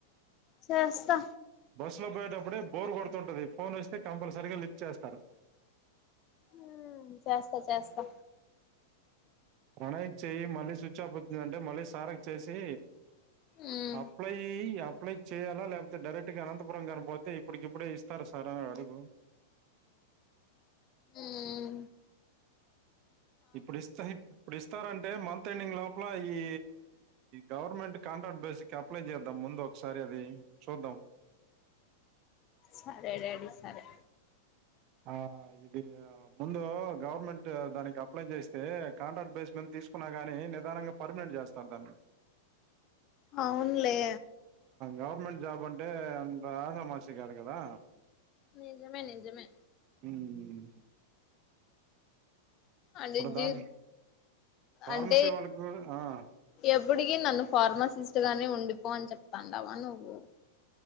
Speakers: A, on the left; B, on the right.
A: చేస్తా
B: బస్సు లో పోయేటప్పుడే బోర్ కొడుతుంటుది ఫోన్ వస్తే కంపల్సరీగా లిఫ్ట్ చేస్తారు
A: ఆ చేస్తా చేస్తా
B: ప్రణయ్ కి చేయి మళ్ళీ స్విచ్ ఆఫ్ వచ్చిందంటే మళ్ళీ సార్కి చేసి
A: మ్
B: అప్లై అప్లై చేయాలా లేక్ యితే డైరెక్ట్ గా అనంతపురం కాని పోతే ఇప్పుడికి ఇప్పుడే ఇస్తారా సార్ అని అడుగు
A: హ్మ్
B: ఇప్పుడు ఇస్తే ఇప్పుడు ఇస్తారంటే టే మంత్ ఎండింగ్ లోపల ఈ గవర్నమెంట్ కాంట్రాక్ట్ బేసి కి అప్లై చేద్దాం ముందు ఒకసారి అది చూద్దాం
A: సరే డాడి సరే
B: ఆ ఇది ముందు గవర్నమెంట్ దానికి అప్లై చేస్తే కాంట్రాక్ట్ బేస్ మీద తీసుకున్నా గాని నిదానంగా పర్మినెంట్ చేస్తారు దాన్ని
A: అవునులే
B: గవర్మెంట్ జాబ్ అంటే అంత ఆషామాషీ కాదు కదా
A: నిజమే నిజమే
B: హ్మ్
A: అంటే
B: దాంట్లో ఫార్మసీ
A: అంటే
B: వాళ్ళకి కూడా ఆ,
A: ఏ ఇప్పటికి నన్ను ఫార్మసిస్ట్ గానే ఉండిపో అని చెప్తాండవా నువ్వు